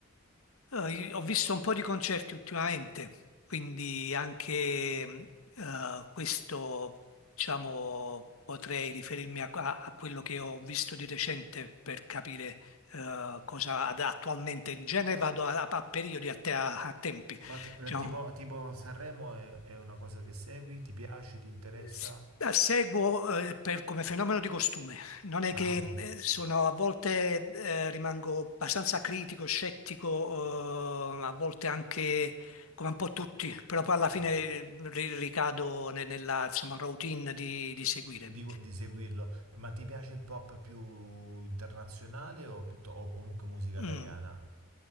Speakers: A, on the left; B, on the right.
A: Eh, io ho visto un po' di concerti ultimamente, quindi anche mh, eh, questo, diciamo, potrei riferirmi a, a- a quello che ho visto di recente per capire eh, cosa ad- attualmente. In genere vado a, a- a periodi, a, te- a- a tempi,
B: Ma te- la-
A: diciamo,
B: tipo, tipo Sanremo è, è una cosa che segui? Ti piace? Ti interessa?
A: S- eh, Seguo eh, per- come fenomeno di costume, non è
B: Ah,
A: che
B: ok.
A: eh, sono a volte eh, rimango abbastanza critico, scettico, eh, a volte anche come un po' tutti, però poi alla fine
B: Ma
A: eh, ri- ricado ne- nella insomma, routine di, di seguire.
B: Dico di seguirlo. Eh, Ma ti piace il pop più internazionale o, piutto- o comunque musica
A: Mm.
B: italiana?